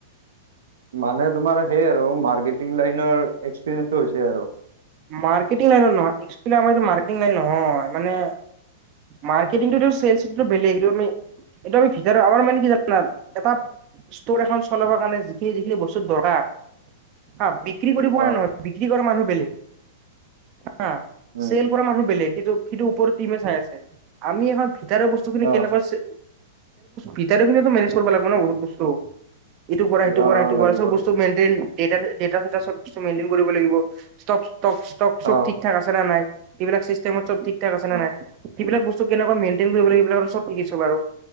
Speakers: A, on the right; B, on the right.
A: মানে তোমাৰ সেই আৰু মাৰ্কেটিং লাইনৰ এক্সপিৰিয়েন্ঞ্চটো হৈছে আৰু
B: মাৰ্কেটিং লাইনত নহয় একচেল আমাৰ এইটো মাৰ্কেটিং লাইন নহয় মানে মাৰ্কেটিংটো চেল বেলেগমি এইটো আমি ভিতৰত আমাৰ মানে কি জানা এটা ষ্টৰ এখন চলাবৰ কাৰণে যিখিনি যিখিনি বস্তু দৰকাৰ হা বিক্ৰী কৰিব পোৱা
A: অ',
B: নাই নহয় বিক্ৰী কৰা মানুহ বেলেগ হা
A: উম।
B: চেল কৰা মানুহ বেলেগ কিন্তু সিটো পৰত টিমে চাই আছে আ এখন ভিতাৰৰ বস্তু খিনি
A: অ',
B: কেনেকুৱা আছে ভিতাৰ খিনি‌ মেনেজ কৰিব লাগিব ন বহুত বস্তু। ইটো কৰা, সেইটো
A: অ',
B: কৰা, সেইটো
A: লাগিব
B: কৰা, চব
A: অ',
B: বস্তু মেইনটেইন ড ড চব মেইনটেইন কৰিব লাগিব ষ্ট ষ্টক, চব
A: অ',
B: ঠিক, ঠাক আছে নে নাই। এইবিলাক চিষ্টেমত চব ঠিক ঠাক আছে
A: অ',
B: নে নাই। সেইবিলাক বস্তু কেনেকে মেইনটেইন কৰিব লাগিব সেইবিলাক আৰু চব কি আছে বাৰু